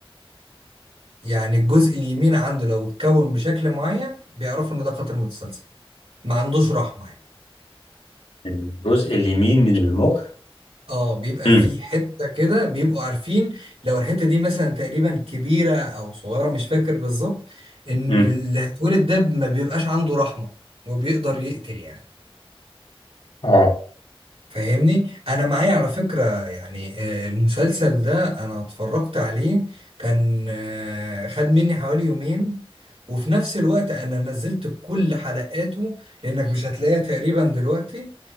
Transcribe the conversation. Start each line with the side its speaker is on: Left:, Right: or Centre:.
Right: يعني الجزء اليمين عنده لو اتكون بشكل معين بيعرفوا ان ده قاتل متسلسل ما عندوش رحمة يعني
Left: الجزء اليمين من المخ
Right: اه بيبقى
Left: مم.
Right: في حته كده بيبقوا عارفين لو الحته دي مثلا تقريبا كبيره او صغيره مش فاكر بالظبط ان
Left: مم.
Right: اللي هيتولد ده ما بيبقاش عنده رحمه وبيقدر يقتل يعني
Left: اه
Right: فاهمني انا معايا على فكره يعني آه، المسلسل ده انا اتفرجت عليه كان آه، خد مني حوالي يومين وفي نفس الوقت انا نزلت كل حلقاته لانك مش هتلاقيها تقريبا دلوقتي